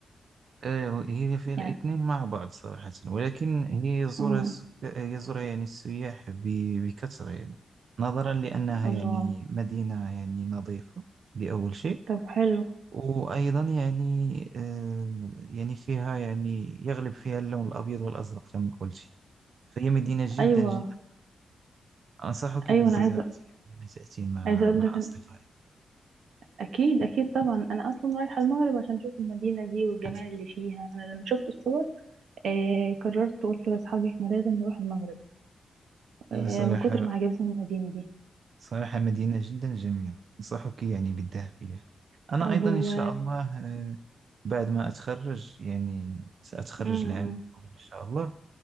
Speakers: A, on the right (about 55°); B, on the right (about 75°).
A: آه، هي في الاثنين
B: يعني
A: مع بعض صراحة ولكن هي يزورها
B: امم
A: السك... يزورها يعني السياح ب... بكثرة يعني نظرا لأنها
B: الله
A: يعني مدينة يعني نظيفة لأول شيء
B: طب حلو
A: وأيضا يعني آه، يعني فيها يعني يغلب فيها اللون الأبيض والأزرق كما قلت فهي مدينة جدا
B: ايوه
A: جدا أنصحك
B: ايوه
A: بالزيارة
B: انا عايزه
A: يعني عندما تأتين مع
B: عايزه اقول
A: مع
B: لك أن...
A: أصدقائك
B: اكيد اكيد طبعا انا اصلا رايحه المغرب عشان اشوف المدينه دي والجمال اللي فيها انا لما شفت الصور آه قررت قلت لاصحابي احنا لازم نروح المغرب
A: لا،
B: آه
A: صراحة
B: من كتر ما عجبتني المدينه دي
A: صراحة مدينة جدا جميلة أنصحك يعني بالذهاب إليها أنا
B: <clears throat> طب
A: أيضا
B: و
A: إن شاء الله آه، بعد ما أتخرج يعني سأتخرج
B: م- م.
A: العام المقبل إن شاء الله